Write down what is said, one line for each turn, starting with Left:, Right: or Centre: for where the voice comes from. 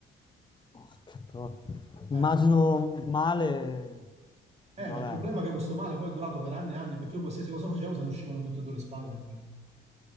Left: Porca tro- Immagino
Right: Eh.
Left: male.
Right: Eh,
Left: Vabbè.
Right: ma il problema è che questo male poi è durato per anni e anni, perché io qualsiasi cosa facevo se ne uscivano tutte e due le spalle, capito?